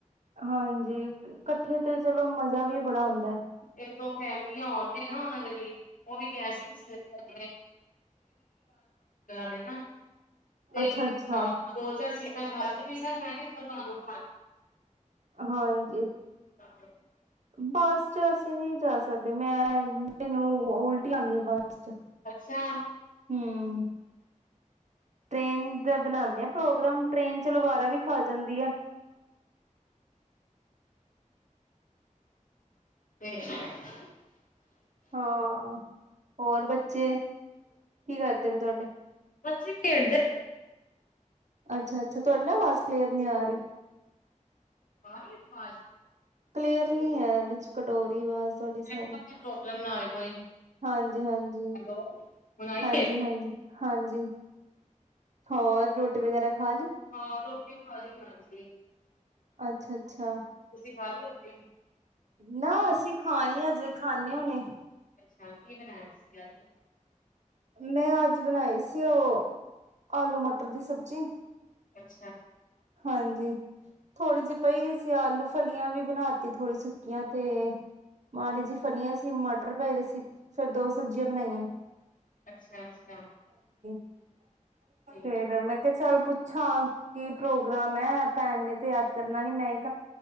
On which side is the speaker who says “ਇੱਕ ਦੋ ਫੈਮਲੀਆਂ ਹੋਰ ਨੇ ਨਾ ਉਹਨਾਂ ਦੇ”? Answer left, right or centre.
Left